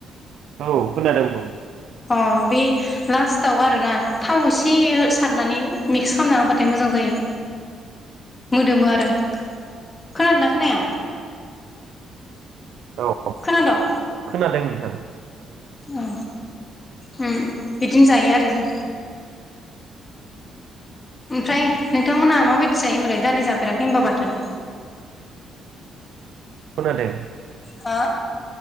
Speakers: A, on the right; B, on the left.
A: औ खोनादों बुं
B: अ बे लास्टआव आरोना थाव एसे सारनानै मिक्स खालामना होबाथाय मोजां जायो।
A: <inaudible>
B: मोदोमो आरो खोनादोंना खोनाया?
A: औ
B: खोनाद?
A: खोनादों नोथां
B: औ उम उम बिदिनो जायो आरो जों ओमफ्राय नोंथांमोनहा माबायदि जायो होमबालाय दालि जाफेराखै होनबा बाथोन?
A: खोनादो
B: हो